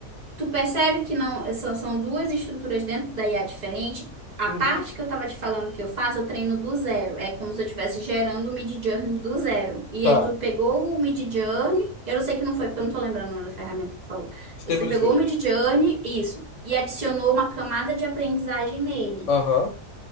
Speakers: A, on the right (about 45°); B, on the left (about 65°).
A: tu percebe que não são, são duas estruturas dentro da IA diferente. A
B: Uhum.
A: parte que eu tava te falando que eu faço, eu treino do zero. É como se eu estivesse gerando o Midjourney do zero. E
B: Tá.
A: aí tu pegou o Midjourney, eu não sei que não foi, porque eu não tô lembrando o nome da ferramenta que tu falou.
B: Stable
A: Você pegou
B: Diffusion.
A: o Midjourney, isso, e adicionou uma camada de aprendizagem nele.
B: Aham.